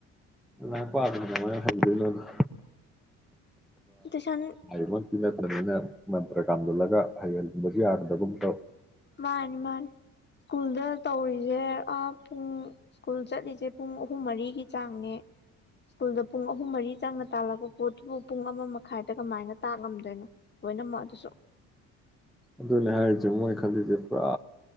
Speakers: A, in the centre; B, on the left.
A: ꯃ ꯄꯥꯔꯃ ꯐꯩꯗ ꯂꯅ
B: ꯇꯨꯏꯁꯟ
A: ꯕꯅ ꯊꯔꯅ ꯃꯟꯇ꯭ꯔ ꯀꯥꯝꯁꯤꯜꯂꯒ ꯍꯩꯍꯟꯕꯁꯨ ꯌꯥꯗꯗꯕꯒꯨꯝ ꯇꯧ
B: ꯃꯥꯅꯤ ꯃꯥꯅꯤ ꯁ꯭ꯀꯨꯜꯗ ꯇꯧꯔꯤꯅꯤ ꯦ ꯑ ꯄꯨꯡ ꯁ꯭ꯀꯨꯜ ꯆꯠꯂꯤꯁꯦ ꯄꯨꯡ ꯑꯍꯨꯝ ꯃꯔꯤꯒꯤ ꯆꯥꯡꯅꯦ ꯁ꯭ꯀꯨꯜꯗ ꯄꯨꯡ ꯑꯍꯨꯝ ꯃꯔꯤ ꯆꯪꯅ ꯇꯥꯜꯂꯛꯄ ꯄꯣꯠꯇꯨꯕꯨ ꯄꯨꯡ ꯑꯃ ꯃꯈꯥꯏꯗ ꯀꯃꯥꯏꯅ ꯇꯥꯛ ꯉꯝꯗꯣꯏꯅꯣ ꯂꯣꯏꯅꯃꯛ ꯑꯗꯨꯁꯨ
A: ꯑꯗꯨꯅꯦ ꯍꯥꯏꯔꯤꯁꯦ ꯃꯣꯏ ꯈꯜꯂꯤꯁꯦ ꯄꯨꯔꯥ